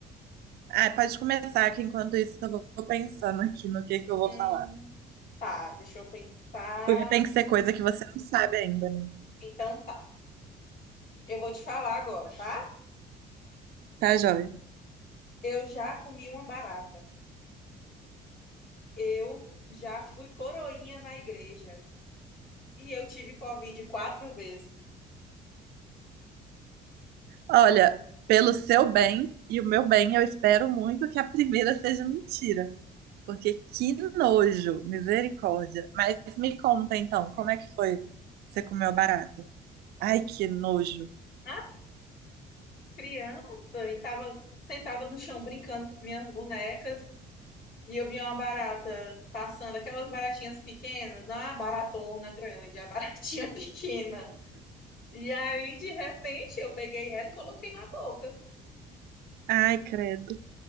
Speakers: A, on the right; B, on the left.
A: Ah, pode começar, que enquanto isso eu vou pensando aqui no que que eu vou
B: Hum,
A: falar.
B: tá, deixa eu pensar.
A: Porque tem que ser coisa que você não sabe ainda, né?
B: Então tá, eu vou te falar agora, tá?
A: Tá, joia?
B: Eu já comi uma barata. Eu já fui coroinha na igreja. E eu tive Covid quatro vezes.
A: Olha, pelo seu bem e o meu bem, eu espero muito que a primeira seja mentira. Porque que nojo, misericórdia. Mas me conta então, como é que foi? Você comeu barata? Ai, que nojo.
B: Ah, criança, e tava sentada no chão brincando com minhas bonecas. E eu vi uma barata passando, aquelas baratinhas pequenas, não a baratona grande, a baratinha <laughs> pequena. E aí, de repente, eu peguei ela e coloquei na boca,
A: Ai, credo.